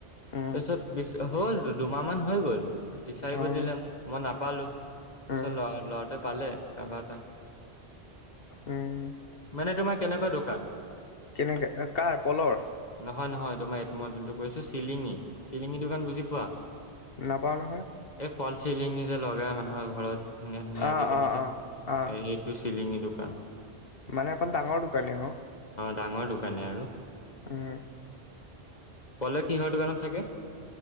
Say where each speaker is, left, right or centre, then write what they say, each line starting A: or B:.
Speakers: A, on the left; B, on the left.
A: উম,
B: তাৰপিছত হ'ল দুমাহ মান হৈ গ'ল। বিচাৰিব
A: অ',
B: দিলে মোক মই নাপালো তাৰপিছত
A: উম,
B: লৰা ল'ৰাটোৱে পালে কাৰোবাৰ এতাক।
A: উম।
B: মানে তোমাৰ কেনেকুৱা দোকান।
A: কেনেকা কাৰ পলৰ।
B: হয় নহয় তোমাৰ এইটো মই যোনটো কৰিছো চিলিঙি চিলিঙি দোকান বুজি পোৱা।
A: নাপাওঁ নহয়।
B: এই ফল চিলিঙি যে লগাই মানুহৰ ঘৰত ধুনীয়া ধুনীয়া
A: অ',
B: আজিকালি
A: অ',
B: যে
A: অ',
B: সেইটো
A: অ',
B: চিলিঙি দোকান।
A: মানে অকণ ডাঙৰ দোকানে অ।
B: ডাঙৰ দোকানে আৰু।
A: উম।
B: পলে কিহৰ দোকানত থাকে।